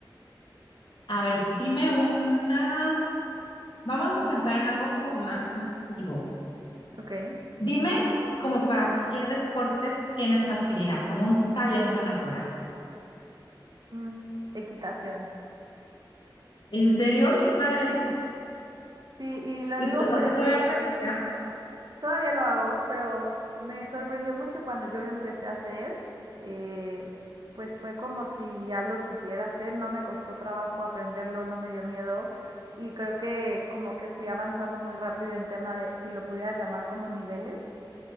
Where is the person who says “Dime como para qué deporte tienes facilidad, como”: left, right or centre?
Left